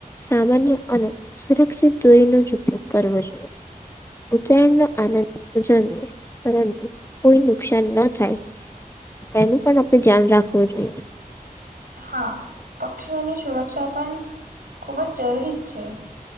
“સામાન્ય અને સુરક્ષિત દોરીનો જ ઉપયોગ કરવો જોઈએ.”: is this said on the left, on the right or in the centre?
Left